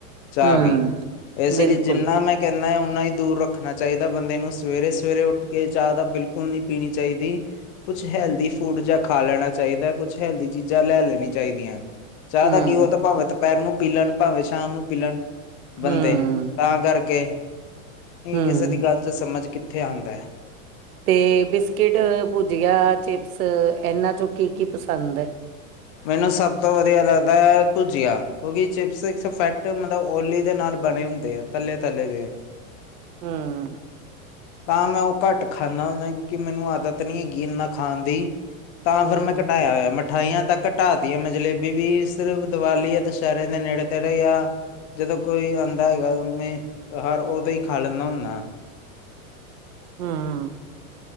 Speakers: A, on the left; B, on the right.
A: ਚਾਹ
B: ਹੂੰ,
A: ਵੀ ਇਸੇ
B: ਬਿਲਕੁਲ।
A: ਲਈ ਜਿੰਨਾ ਮੈਂ ਕੇਨਾ, ਓਨਾ ਹੀ ਦੂਰ ਰੱਖਣਾ ਚਾਈਦਾ, ਬੰਦੇ ਨੂੰ ਸਵੇਰੇ- ਸਵੇਰੇ ਉੱਠ ਕੇ ਚਾਹ ਤਾਂ ਬਿਲਕੁਲ ਨੀ ਪੀਣੀ ਚਾਈਦੀ। ਕੁਛ ਹੈਲਦੀ ਫੂਡ ਜੇਆ ਖਾ ਲੈਣਾ ਚਾਈਦਾ, ਕੁਛ ਹੈਲਦੀ ਚੀਜਾਂ ਲੈ ਲੈਣੀ ਚਾਈਦੀਆਂ। ਚਾਹ
B: ਹੂੰ,
A: ਦਾ ਕਿ ਐ, ਓ ਤਾਂ ਭਾਵੇਂ ਦੁਪੈਰ ਨੂੰ ਪੀ ਲੈਨ, ਭਾਵੇਂ ਸ਼ਾਮ ਨੂੰ ਪੀ ਲੈਨ, ਬੰਦੇ
B: ਹੂੰ,
A: ਤਾਂ ਕਰਕੇ,
B: ਹੂੰ।
A: ਕਿਸੇ ਦੀ ਗੱਲ 'ਚ ਸਮਝ ਕਿੱਥੇ ਆਂਦਾ।
B: ਤੇ, ਬਿਸਕਿਟ, ਭੁਜੀਆ, ਚਿਪਸ ਏਨਾਂ ਚੋਂ ਕੀ- ਕੀ ਪਸੰਦ ਐ?
A: ਮੈਨੂੰ ਸਬ ਤੋਂ ਵਦੀਆ ਲੱਗਦਾ ਭੁਜੀਆ, ਕਿਉਂਕਿ ਚਿਪਸ ਇਟਸ ਇਫੈਕਟ ਮਤਲਬ ਓਲੀ ਦੇ ਨਾਲ ਬਣੇ ਹੁੰਦੇ ਆ। ਤੱਲੇ -ਤੱਲੇ ਜੇ।
B: ਹੂੰ।
A: ਤਾਂ ਮੈਂ ਓ ਘੱਟ ਖਾਂਨਾ ਹੁੰਦਾ, ਕਿਉਂਕਿ ਮੈਨੂੰ ਆਦਤ ਨਈ ਹੈਗੀ ਇੰਨਾ ਖਾਂਨ ਦੀ। ਤਾਂ,
B: ਹੂੰ।
A: ਫੇਰ ਮੈਂ ਘਟਾਇਆ ਹੋਏਆ ਮਿਠਾਈਆਂ ਤੱਕ ਘਟਾ ਤੀ ਆ ਮੈਂ ਜਲੇਬੀ ਵੀ, ਸਿਰਫ਼ ਦੀਵਾਲੀ ਯਾ ਦਸ਼ੈਹਰੇ ਦੇ ਨੇੜੇ- ਤੇੜੇ, ਯਾ ਜਦੋਂ ਕੋਈ ਆਂਦਾ ਹੈਗਾ, ਮੈਂ ਹਰ ਓਦੋਂ ਹੀ ਖਾ ਲੈਂਨਾ ਹੁੰਨਾ।
B: ਹਮ।